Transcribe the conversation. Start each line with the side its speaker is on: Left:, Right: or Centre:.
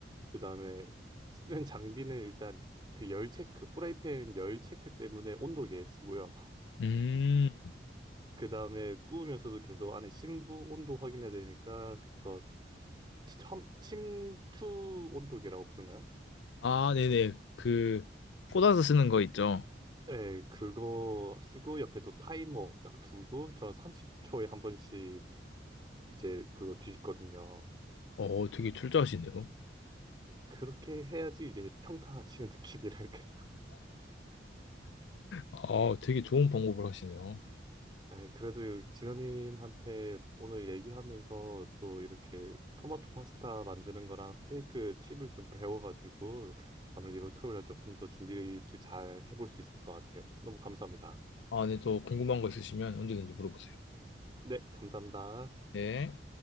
Right: 그다음에 쓰는 장비는 일단 그 열 체크, 후라이팬 열 체크 때문에 온도계 쓰고요.
Left: 음,
Right: 그다음에 구우면서도 계속 안에 심부 온도 확인해야 되니까 그거 첨, 침투 온도계라고 부르나요?
Left: 아, 네네. 그, 꽂아서 쓰는 거 있죠.
Right: 네, 그거 쓰고 옆에 또 타이머 딱 두고 저는 30초에 한 번씩 이제 그거 뒤집거든요.
Left: 어, 어, 되게 철저하시네요.
Right: 그렇게 해야지 이제 평타 치는 <laughs> 느낌이랄까.
Left: 아, 되게 좋은 방법을 하시네요.
Right: 에이, 그래도 진호님한테 오늘 얘기하면서 또 이렇게 토마토 파스타 만드는 거랑 스테이크 팁을 좀 배워가지고 아무래도 이번 토요일 날 조금 더 준비를 잘 해볼 수 있을 것 같아요. 너무 감사합니다.
Left: 아, 네, 또 궁금한 거 있으시면 언제든지 물어보세요.
Right: 네, 감사합니다.
Left: 네.